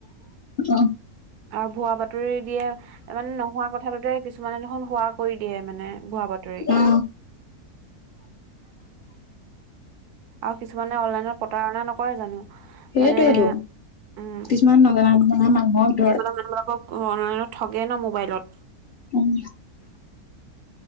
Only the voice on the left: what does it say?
অ
অ
সেইটোৱেতো,
কিছুমান নজনা নুশুনা মানুহক ধৰ।
উম।